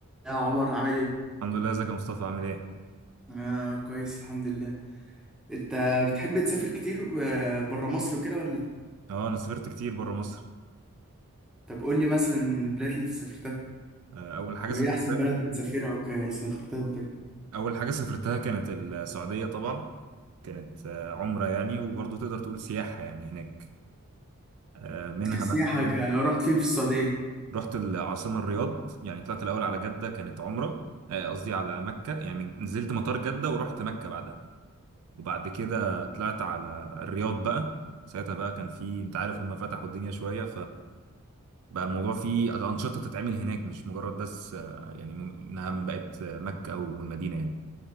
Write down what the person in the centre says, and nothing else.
يا عمر عامل ايه؟
انا كويس الحمد لله انت بتحب تسافر كتير بره مصر وكده ولا؟
طب قول لي مثلا البلاد اللي سافرتها
وايه
احسن بلد بتسافرها وسافرتها وكده
كسياحة
ك... رحت فين في السعودية؟